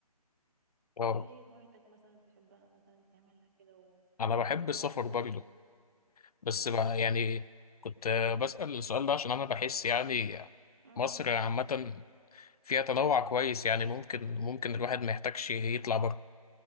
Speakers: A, on the left (about 70°); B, on the right (about 25°).
A: اه
B: انت ايه هوايتك مثلا بتحبها مثلا تعملها كده
A: أنا بحب
B: وبتبقى
A: السفر
B: مبسوط
A: برضه بس
B: طب
A: بقى يعني كنت بسأل السؤال ده عشان أنا بحس يعني
B: حلو
A: مصر عامة فيها تنوع كويس يعني ممكن ممكن الواحد ما يحتاجش يطلع بره